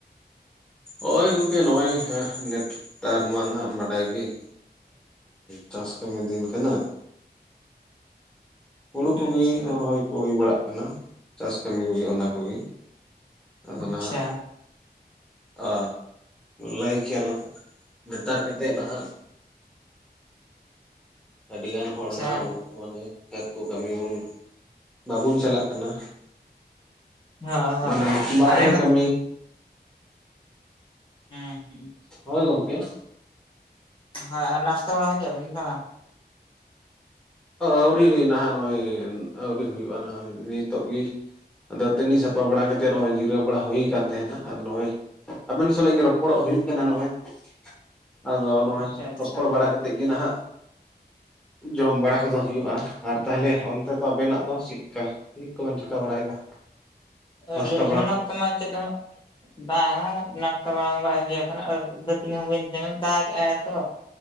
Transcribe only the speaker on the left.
ᱟᱪᱪᱷᱟ
ᱟᱪᱪᱷᱟ
ᱟᱪᱪᱷᱟ
ᱦᱳᱭ ᱦᱳᱭ
ᱟᱞᱮ ᱱᱚᱛ
ᱦᱮᱸ ᱦᱮᱸ
ᱦᱮᱸ ᱟᱨ ᱱᱟᱥᱛᱟ ᱵᱟᱲᱟ ᱠᱮᱫᱟᱵᱮᱱ ᱵᱟᱝᱟ
ᱟᱪᱪᱷᱟ ᱟᱪᱪᱷᱟ
ᱟᱞᱤᱧ ᱦᱚᱸ ᱱᱚᱛᱮ ᱢᱟ ᱪᱮᱫ ᱦᱚᱸ ᱵᱟᱝᱼ ᱱᱟᱥᱛᱟ ᱵᱟᱲᱟ ᱦᱚᱸ ᱵᱟᱭ ᱦᱩᱭ ᱠᱟᱱᱟ ᱟᱨ ᱫᱟᱹᱛᱟᱹᱱᱤ ᱦᱚᱸ ᱵᱟᱹᱧ ᱛᱟᱦᱮᱸ ᱫᱟᱜ ᱜᱮᱜᱼᱟᱭ ᱛᱚ ᱾